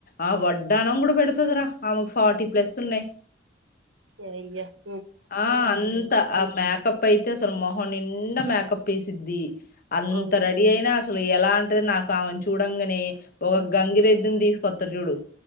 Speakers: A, on the left; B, on the right.
A: ఆ వడ్డానం కూడా పెడతుందిరా ఆమెకు ఫార్టీ ప్లస్ ఉన్నాయి్
B: స <unintelligible>
A: ఆ అంత ఆ మ్యాకప్ ఐతే అసలు మొహన్ నిండా మేకప్ వసిద్ది అంత
B: ఉమ్
A: రెడీ అయినా అసలు ఎలా అంటది నాకు ఆమెను చూడంగానే ఒక గంగిరెద్దుని తీసు కొత్త చూడు